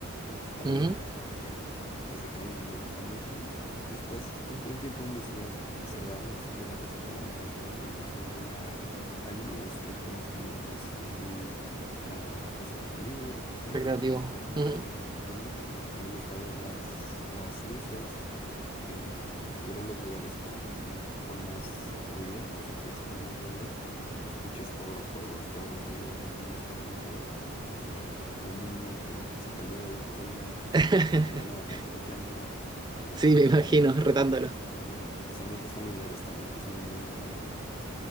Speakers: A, on the left (about 25°); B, on the right (about 20°).
A: Para
B: Ujú.
A: mí me encanta. eh, desde que era niño me gusta mucho. Después es- de un tiempo en mi ciudad cerraron estos lugares, pero en Estados Unidos todavía allí me gusta ir con mis amigos. Es, es muy ah, pues entretenido, recreativo,
B: Recreativo.
A: te distraes un
B: Ujú.
A: poco de la rutina. Me gusta ver las, las luces. eh, prefiero los lugares con, con más ruido, los arcades con más ruido, que escuches todos los juegos, todos los ruidos, los niños corriendo eh, un niño que se cayó y empezó a llorar,
B: <laughs>
A: y una mamá correteándolo, es
B: Sí, me imagino,
A: un ambiente
B: <laughs> retándolo.
A: que me gusta también. Los ambientes familiares también son muy agradables.